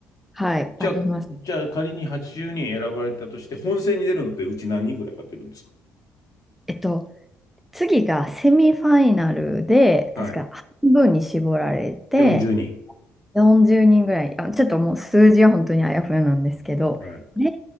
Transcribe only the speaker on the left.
じゃあ、
じゃあ仮に80人選ばれたとして、本戦に出るのってうち何人ぐらいが出るんですか
はい。
40人。
はい。